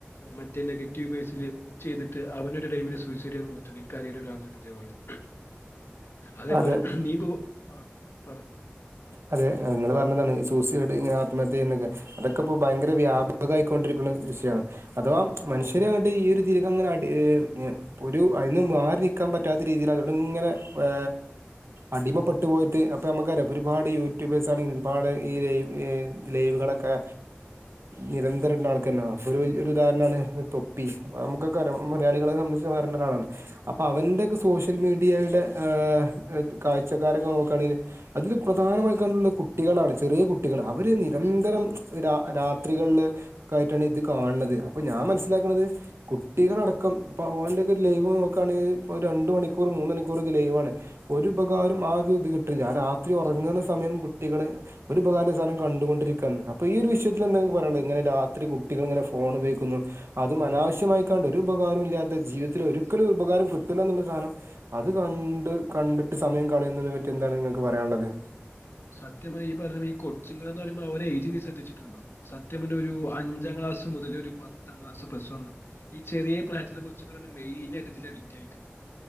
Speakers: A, on the left; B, on the right.
A: മറ്റേ നെഗറ്റീവ് ബേസിില് ചെയ്തിട്ട് അവനൊരു ടൈമില് സൂസൈഡ് ചെയ് തന്നിട്ടുണ്ട് എനക്ക് അറിയുന്ന ഒരാളാണ് ഇതേപോലെ അതേപോലെ
B: അതെ
A: ദീപ് ആ പറ
B: അതെ നിങ്ങൾ പറഞ്ഞതാണ് സൂസൈഡ് ആത്മഹത്യ എന്നൊക്കെ അതൊക്കെ ഇപ്പ ഭയങ്കര വ്യാപകായിക്കൊണ്ടിരിക്കുന്ന വിഷയാണ് അഥവാ മനുഷ്യരെ അങ്ങോട്ട് ഈ ഒരു രീതി അങ്ങനെ അടി ഒരു അതിന്ന് മാറി നൽക്കാൻ പറ്റാത്ത രീതിയിൽ അതോട ഇങ്ങനെ ഏ അടിമപ്പെട്ടു പോയിട്ട് അപ്പോ നമുക്കറിയാ അപ്പോ ഒരുപാട് യൂട്യൂബേഴ്സ് ആണെങ്കിലുംഒരുപാട് ഈ ലൈവ് ലൈവുകളൊക്കെ നിരന്തരം <unintelligible> അപ്പോൾ ഒരു വലിയ ഒരു ഉദാരണമാണ് തൊപ്പി അപ്പോൾ നമുക്കക്കെറിയാം. മലയാളികളെ സംബന്ധിച്ച് പറയണ ഒരാളാണ്
A: സത്യം.
B: അപ്പോൾ അവൻ്റെയൊക്കെ സോഷ്യൽ മീഡിയയുടെ ഏ കാഴ്ചക്കാരൊക്കെ നോക്കുകയാണെങ്കിൽ അതിൽ പ്രധാനമായി
A: അതെ.
B: കണ്ടുള്ള കു കുട്ടികളാണ് ചെറിയ കുട്ടികള് അവർ നിരന്തരം
A: സത്യം.
B: ഒരാ രാത്രികളിൽ ഒക്ക ആയിട്ടാണ് ഇത് കാണുന്നത് അപ്പൊ ഞാൻ മനസ്സിലാക്ക്ണത് കുട്ടികളടക്കം <unintelligible> ഒക്കെ ലൈവ് നോക്കുകയാണെങ്കിൽ ഒരു രണ്ട് മണിക്കൂർ മൂന്ന് മണിക്കൂറൊക്കെ ലൈവാണ് ഒരു ഉപകാരം ആ ഒരു ഇത് കിട്ട്ണ്ല്ല. ആ രാത്രി ഈ ഉറങ്ങുന്ന
A: സത്യായിട്ടും.
B: സമയം കുട്ടികളെ ഒരു ഉപകാര സാധനം കണ്ടുകൊണ്ടിരിക്കുകയാണ് അപ്പൊ ഈ ഒരു വിഷയത്തിൽ എന്തെ പറയാനുള്ളത് ഇങ്ങനെ രാത്രി കുട്ടികൾ ഇങ്ങനെ ഫോൺ ഉപയോഗിക്കുന്നു അതും അനാവശ്യമായിക്കാണ്ട് ഒരു ഉപകാരം ഇല്ലാത്ത ജീവിതത്തിൽ ഒരിക്കലും ഉപകാരം കിട്ടില്ല എന്നുള്ള സാധനം അത് കണ്ട് കണ്ടിട്ട് സമയം കളയുന്നതിനെ പറ്റി എന്താണ് നിങ്ങൾക്ക് പറയാനുള്ളത് വെ
A: സത്യപറഞാ ഈ പറ കൊച്ചുങ്ങൾ പറഞ്ഞാൽ അവരുടഎയ്ച്ച് നീ ശ്രദ്ധിച്ചുട്ടുണ്ടോ സത്യ പറഞ്ഞാ ഒരു അഞ്ചാം ക്ലാസ് മുതൽ ഒരു പത്താം ക്ലാസ് ഒരു പ്ലസ് വൺഈ ചെറിയ പ്രായുള്ള കൊച്ചുങ്ങളാണ് മെയിൻായിയിട്ട് ഇതി അഡിറ്റ്യിക്കുന്നത്